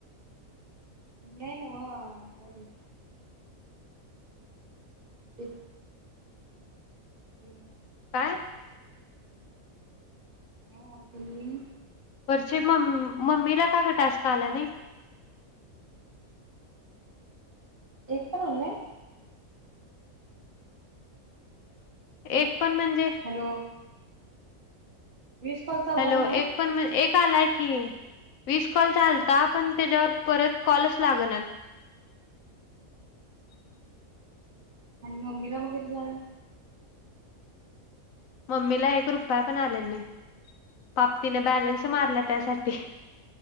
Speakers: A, on the right; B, on the left.
A: नाय नव्ह मग ठीक आहे. ते, हम,
B: काय,
A: काय म्हणालती,
B: छए मम मम्मीला का ग टास्क आला नाही,
A: एक पण आला नाही?
B: एक पण म्हणजे,
A: हॅलो वीस कॉल चालता
B: हॅलो
A: नव्ह
B: एक पण एक, आलाय की वीस कॉलचा आलता, पण त्याच्यावर परत कॉलच लागणात, <unintelligible>
A: आणि मम्मी ला मग कीती झालयत,
B: मम्मीला एक रुपया पण आल्याला नय पाप तिन बॅलन्स, मारला त्यासाठी,